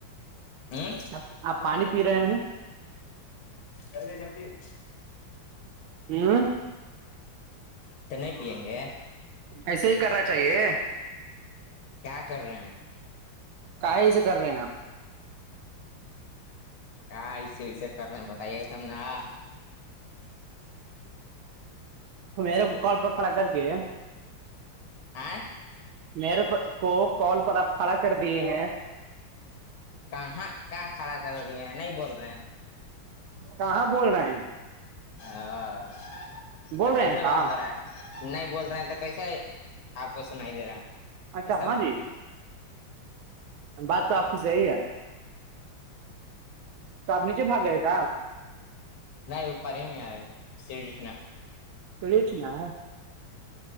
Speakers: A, on the left (about 75°); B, on the right (about 80°).
A: ہ
B: ا آپ پانی پی رہے ہیں
A: جلدی جلدی
B: ہ
A: تو نہیں پیئیں گے
B: ایسے ہی کرنا چاہیے
A: کیا کر رہے ہیں
B: کہ سے کر رہے ہیں آپ
A: ہاں ایسے وسے کر رہے ہیں بتائیے گا تم ناں
B: میرے پ کال پکڑا کر کے
A: آئ
B: میرے کو کال پر آپ کھڑا کر دیے ہیں
A: کہاں کہاں کھڑا کر رہی ہیں نہیں بول رہ
B: کہاں بول رہے ہیں ہم
A: ا
B: آپ بول
A: تو
B: رہے
A: کیسے
B: ہیں کہاں
A: بات ہو رہا ہے <unintelligible> نہیں بول رہے ہیں تو کیسا ہے آپ کو سن ہی دے رہا ہے
B: اچھا
A: یہ سب
B: ہاں جی بات تو آپ کی صحیح ہے توب نچے باگئے گ
A: نہیں اپار ہی نہیں ہے س ن
B: <unintelligible> کڑےچ نا